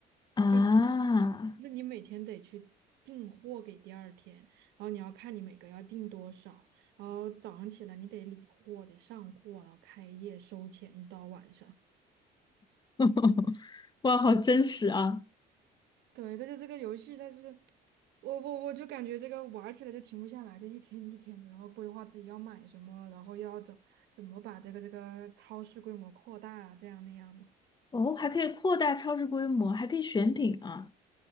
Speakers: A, on the left; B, on the right.
A: 啊，
B: 就是就是你每天得去订货给第二天，然后你要看你每个要订多少，然后早上起来你得理货，得上货，然后开业收钱，一直到晚上。
A: <laughs> 哇，好真实啊！
B: 对，这就这个游戏，但是我我我就感觉这个玩儿起来就停不下来，就一天一天的，然后规划自己要买什么，然后要怎怎么把这个这个超市规模扩大啊，这样那样的。
A: 哦，还可以扩大超市规模，还可以选品啊。